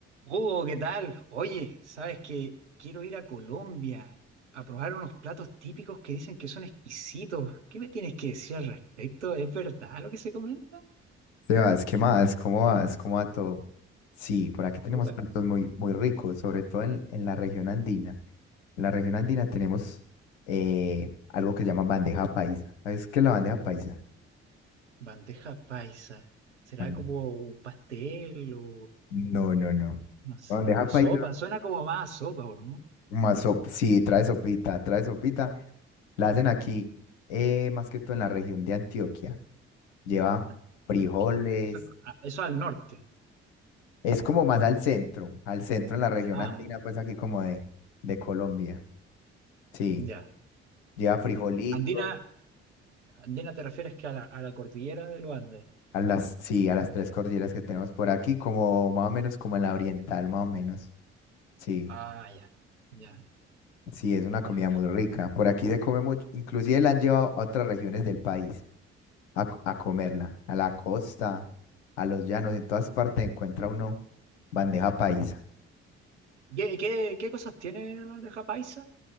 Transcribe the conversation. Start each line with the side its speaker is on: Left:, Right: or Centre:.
Right: Oh, ¿qué tal? Oye, ¿sabes que Quiero ir a Colombia a probar unos platos típicos que dicen que son exquisitos. ¿Qué me tienes que decir al respecto? ¿Es verdad lo que se comenta?
Left: Sebas, ¿qué más? ¿Cómo vas? ¿Cómo va todo? Sí, por aquí tenemos
Right: Uy,
Left: platos muy, muy ricos, sobre todo en, en la región andina. En la región andina tenemos eh, algo que se llama bandeja paisa. ¿Sabes qué es la bandeja paisa?
Right: bandeja paisa. ¿Será
Left: Ah,
Right: como un pastel o
Left: No, no, no.
Right: no sé?
Left: bandeja
Right: Sopa,
Left: paisa,
Right: suena como más a sopa, ¿o no?
Left: más sop- sí, trae sopita, trae sopita. La hacen aquí, eh, más que todo en la región de Antioquia. Lleva
Right: Antioquia.
Left: frijoles.
Right: Eso, ah, eso al norte.
Left: Es como más al centro, al centro en la región
Right: Ah,
Left: andina, pues aquí como de, de Colombia. Sí,
Right: ya,
Left: lleva frijolitos
Right: ya. Andina, Andina te refieres que a la, a la cordillera de los Andes.
Left: a las, sí, a las tres cordilleras que tenemos por aquí, como más o menos como en la oriental, más o menos. Sí,
Right: Ah, ya, ya,
Left: sí, es una comida
Right: ya, perfecto.
Left: muy rica. Por aquí se come mucho, inclusive la han llevado a otras regiones del país a, co- a comerla, a la costa, a los llanos, en todas partes encuentra uno bandeja paisa.
Right: ¿Qué, qué, qué cosas tiene la bandeja paisa?